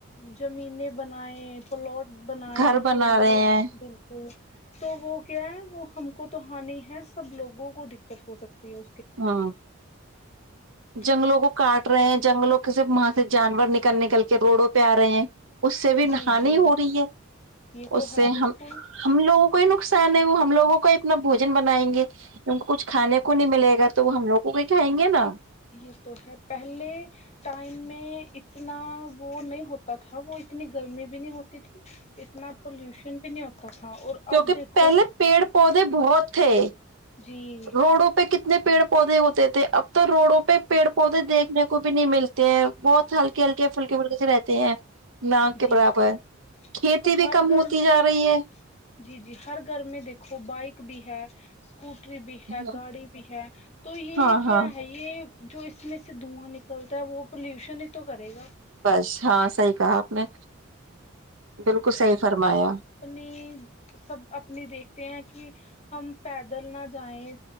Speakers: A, on the left; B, on the right.
A: زمین بنائے پلاٹ بنائے
B: گھر بنا
A: تو
B: رہے
A: وہ
B: ہیں
A: بالکل تو وہ کیا ہے وہ ہم کو تو ہانی ہے سب لوگوں کو دقت ہو سکتی ہیں
B: ہاں
A: ج
B: چنگلوں کو کاٹ رہے ہیں جنگلوں کی زبان سے جانور نکل نکل کے روڈوں پہ ا رہے ہیں اس سے بھی
A: جی
B: نہانی
A: جی
B: ہو رہی ہیں
A: یہ تو
B: اس
A: ہے
B: سے
A: بالکل
B: ہم ہم لوگوں کو ہی نقصان ہے وہ ہم لوگوں کو اتنا بھوجن بنائیں گے کچھ کھانے کو نہیں ملے گا تو وہ ہم لوگوں کو ہی کھائیں گے نا
A: یہ تو ہے پہلے ٹائم میں اتنا وہ نہیں ہوتا تھا وہ اتنی گرمی بھی نہیں ہوتی تھی اتنا پولوشن بھی نہیں ہوتا تھا اور
B: کیونکہ
A: اب دیکھو
B: پہلے پیڑ پودے بہت تھے
A: جی
B: روڑوں اتنے پیڑ پودے ہوتے تھے اب تو روڑوں پہ پیڑ پودے دیکھنے کو بھی نہیں مل سکتے بہت ہلکے ہلکے پھلکے پلکے سے رہتے ہیں ناک
A: جی
B: کے برابر
A: جی
B: کھیتی
A: دیکھو
B: بھی
A: ہر
B: کم
A: گھر
B: ہوتی
A: میں
B: جا رہی ہے
A: جی جی ہر گھر میں دیکھو بائک بھی ہے اسکوٹری بھی
B: ہاں
A: ہے گاڑی بھی ہے تو یہ
B: ہاں
A: کیا
B: ہاں
A: ہے یہ جو اس میں سے دھواں نکلتا ہے وہ پلیوشن ہی تو کرے گا
B: بس ہاں صحیح کہا اپ نے بالکل صحیح فرمایا
A: میں سب اپنے دیکھتے ہیں کہ ہم پیدل نہ جائیں